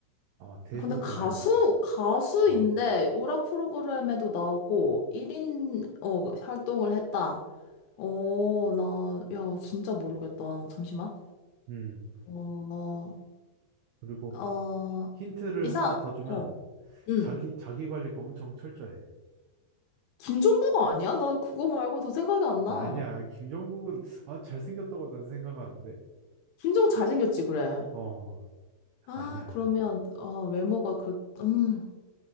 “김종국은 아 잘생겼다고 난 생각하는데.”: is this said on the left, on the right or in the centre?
Right